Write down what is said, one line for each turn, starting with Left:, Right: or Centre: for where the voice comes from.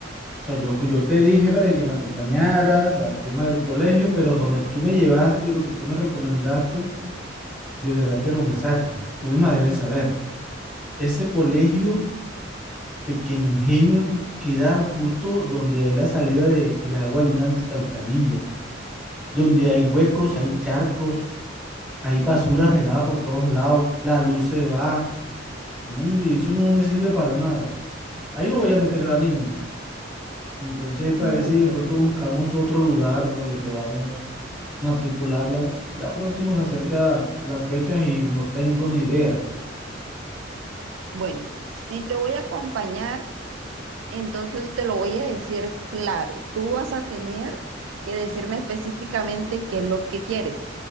Centre: sea, yo, yo te dije para que me acompañaras al tema del colegio, pero donde tú me llevaste y lo que tú me recomendaste, de verdad que era un desastre. Tú misma debes saber. Ese colegio, Pequeños Genios, queda justo donde hay la salida de, de agua de una alcantarilla, donde hay huecos, hay charcos Hay basura regada por todos lados, la luz se va. No, hombre, eso no me sirve para nada. Ahí no voy a meter a la niña. Entonces, para
Right: No.
Centre: ver si de pronto buscamos otro lugar donde podamos matricularla. Ya próximo se acerca la- las fechas y no tengo ni idea.
Right: Bueno, si te voy a acompañar. Entonces te lo voy a decir claro. Tú vas a tener que decirme específicamente qué es lo que quieres